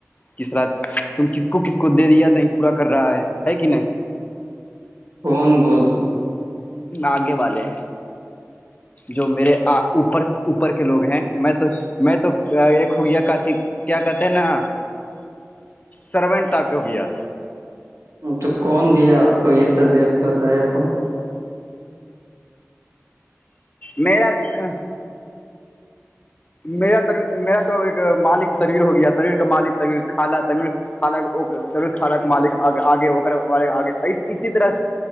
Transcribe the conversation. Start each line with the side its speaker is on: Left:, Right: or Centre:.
Left: کس رات تم کس کو کس کو دے دیا نہیں پورا کر رہا ہے ہے کہ نہیں
Right: کون بولتا
Left: آگے والے جو میرے اوپر اوپر کے لوگ ہیں میں تو میں تو ایک ہو گیا کاچی کیا کہتے ہیں نا سرونٹ آپ کے ہو گیا
Right: تو کون دیا آپ کو یہ سب ہے بتایا کون
Left: میلا ہ میرا میرا تو ایک مالک تنویر ہو گیا ترییر کا مالک طویر خالا تنیر خانہ رور خھانا مالک آگےگ اسی طرح